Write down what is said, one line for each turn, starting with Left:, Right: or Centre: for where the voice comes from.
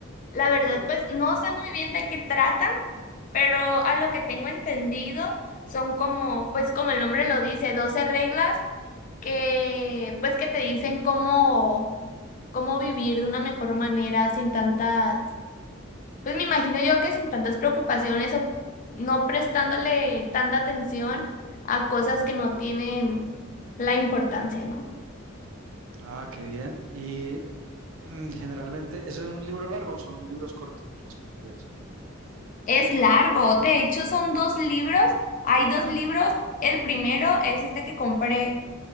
Left: La
Right: Sí,
Left: verdad, pues no sé muy bien de qué trata, pero a lo que tengo entendido son como, pues como el nombre lo dice, 12 reglas que pues que te dicen cómo, cómo vivir de una mejor manera sin tantas, pues me imagino yo que sin tantas preocupaciones o no prestándole tanta atención a cosas que no tienen la importancia, ¿no?
Right: Ah, qué bien. Y mm, generalmente, ¿eso ¿es un libro largo o son libros cortos los que tú lees?
Left: Es largo, de hecho son dos libros, hay dos libros, el primero es este que compré,